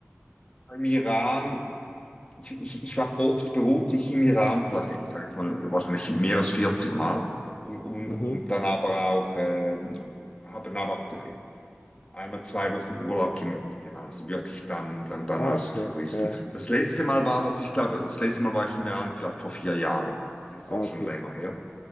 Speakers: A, on the left; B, on the left.
A: Im Iran, ich, ich, ich war oft beruflich im Iran, vielleicht, ich sage jetzt mal, wahrscheinlich mehr als 40 Mal. Und, und,
B: Mhm.
A: und dann aber auch, ähm, habe dann aber auch einmal zwei Wochen Urlaub gemacht in Milan. Also wirklich dann, dann, dann
B: Ah,
A: als
B: okay.
A: Touristen.
B: Ja.
A: Das letzte Mal war das, ich glaube, das letzte Mal war ich in Milan vielleicht vor vier Jahren. Also es ist
B: Ah,
A: auch
B: okay.
A: schon länger her.